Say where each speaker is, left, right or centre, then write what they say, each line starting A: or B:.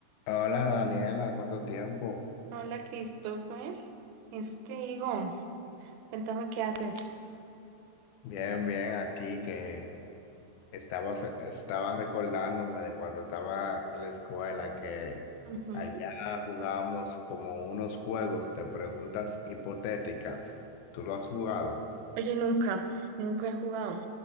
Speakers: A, on the left (about 80°); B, on the right (about 85°).
A: Hola Daniela, ¿cuánto tiempo?
B: Hola, Christopher. Eso te digo. Cuéntame qué haces.
A: Bien, bien, aquí que estabas, estaba recordándome de cuando estaba en la escuela que
B: Ujú.
A: allá jugábamos como unos juegos de preguntas hipotéticas. ¿Tú lo has jugado?
B: Oye, nunca, nunca he jugado.